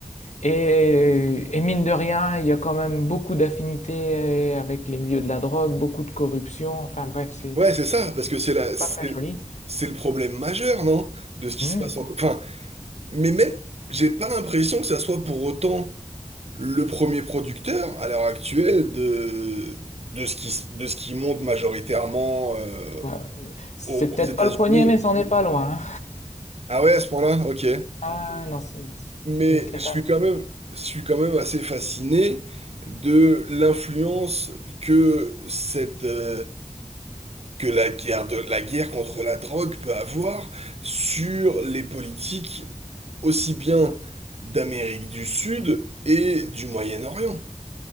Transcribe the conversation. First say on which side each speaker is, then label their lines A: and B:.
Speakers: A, on the left; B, on the right.
A: Et, et mine de rien, il y a quand même beaucoup d'affinités avec les milieux de la drogue, beaucoup de corruption, enfin bref, c'est
B: Ouais,
A: c'est
B: c'est ça, parce que c'est la, c'est,
A: pas très joli.
B: c'est le problème majeur, non? De ce qui
A: Hmm.
B: se passe en... Co- Enfin, mais même, j'ai pas l'impression que ça soit pour autant le premier producteur à l'heure actuelle de, de ce qui, s- de ce qui monte majoritairement euh,
A: Ouais, C'est
B: aux, aux
A: peut-être
B: États-Unis.
A: pas le premier, mais c'en est pas loin. hein.
B: Ah ouais, à ce point-là, ok.
A: Ah non, c'est c'est
B: Mais
A: une catastrophe.
B: je suis quand même, je suis quand même assez fasciné de l'influence que cette, euh, que la guerre de, la guerre contre la drogue peut avoir sur les politiques aussi bien d'Amérique du Sud et du Moyen-Orient.